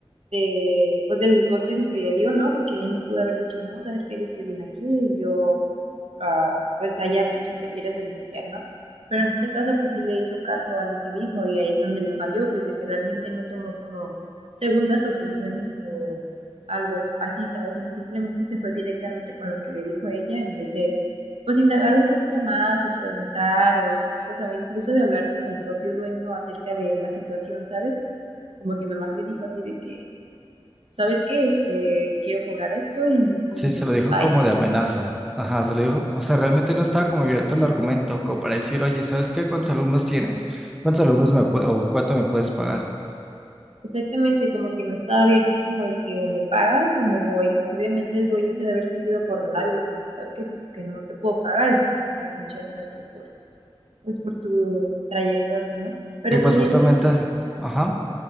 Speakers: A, on the right; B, in the centre.
A: de, pues del consejo que le dio, ¿no? Porque bien le pudo haber dicho, no, sabes que yo estoy bien aquí y yo, pues, ah, pues allá tú si te quieres denunciar, ¿no? Pero en este caso, pues sí le hizo caso a lo que dijo y ahí es donde le falló, pues de que realmente no tomó como segundas opiniones o algo así, ¿sabes? Simplemente se fue directamente con lo que le dijo ella en vez de, pues, indagar un poquito más o preguntar o X cosa, o incluso de hablar con el propio dueño acerca de la situación, ¿sabes? Como que nomás le dijo así de que ¿sabes qué? Este, quiero cobrar esto y pues
B: Sí,
A: si no,
B: se lo
A: pues
B: dijo
A: bye.
B: como de amenaza. Ajá, se lo dijo, o sea, realmente no estaba como abierto el argumento, como para decir, oye, ¿sabes qué? ¿Cuántos alumnos tienes? ¿Cuántos alumnos me puedo, o cuánto me puedes pagar?
A: Exactamente, como que no estaba abierto, es como de que o me pagas o me voy. Pues obviamente el dueño se debe haber sentido acorralado y dijo, no, pues ¿sabes qué? Pues es que no te puedo pagar, entonces pues muchas gracias por, pues por tu trayectoria, ¿no? Pero
B: Y pues
A: también
B: justamente,
A: es
B: así- ajá,